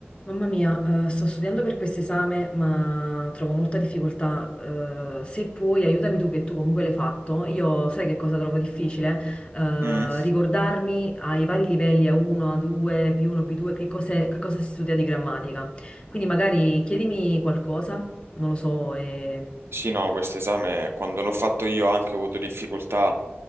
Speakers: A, on the left; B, on the right.
A: Mamma mia, eh, sto studiando per questo esame, ma trovo molta difficoltà. Eh, se puoi, aiutami tu, che tu comunque l'hai fatto. Io sai che cosa trovo difficile? Eh,
B: Mm.
A: ricordarmi ai vari livelli, A1, A2, B1, B2, che cos'è- che cosa si studia di grammatica. Quindi magari chiedimi qualcosa, non lo so. e-
B: Sì, no, questo esame quando l'ho fatto io anche ho avuto difficoltà,